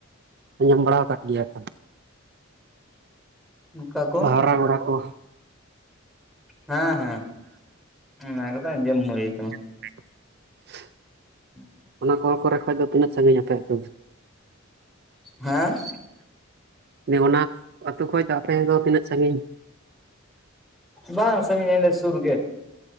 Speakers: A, on the right (about 55°); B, in the centre.
A: ᱟᱡᱚᱢ ᱵᱟᱲᱟ ᱟᱠᱟᱫ ᱜᱮᱭᱟ ᱛᱚᱼᱼ
B: ᱚᱱᱠᱟ ᱠᱚ
A: ᱢᱟᱦᱨᱟᱜᱚᱲᱟ ᱠᱚ ᱾
B: ᱦᱮᱸ ᱦᱮᱸ ᱚᱱᱟ ᱠᱚᱫᱚ ᱟᱡᱚᱢ ᱦᱩᱭ ᱟᱠᱟᱱᱟ ᱾
A: <inaudible>
B: <inaudible>
A: ᱚᱱᱟ ᱠᱚ ᱠᱚᱨᱮ ᱠᱷᱚᱡ ᱫᱚ ᱛᱤᱱᱟᱹᱜ ᱥᱟᱹᱜᱤᱧ ᱟᱯᱮ ᱟᱛᱳ?
B: ᱦᱮᱸ ᱼᱼ
A: ᱚᱱᱟ ᱟᱹᱛᱳ ᱠᱷᱚᱡ ᱫᱚ ᱟᱯᱮ ᱫᱚ ᱛᱤᱱᱟᱹᱜ ᱥᱟᱺᱜᱤᱧ?
B: ᱵᱟᱝ ᱥᱟᱺᱜᱤᱧᱟ ᱚᱸᱰᱮ ᱥᱩᱨ ᱜᱮ